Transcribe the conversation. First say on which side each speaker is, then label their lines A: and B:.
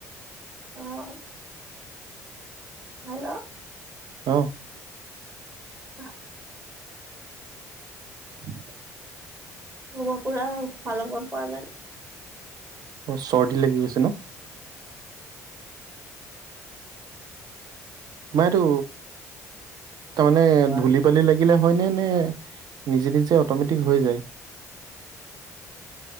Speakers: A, on the right; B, on the right.
A: অ' হেল্ল',
B: অঁ
A: আহ,
B: <unintelligible>
A: মই পুৰা উশাহ ল'ব পৰা নাই।
B: অ চৰ্দি লাগি গৈছে ন। তোমাৰ এইটো তাৰমানে
A: কোৱা
B: ধূলি বালি লাগিলে হয় নে, নে নিজে নিজে অট'মেটিক হৈ যায়।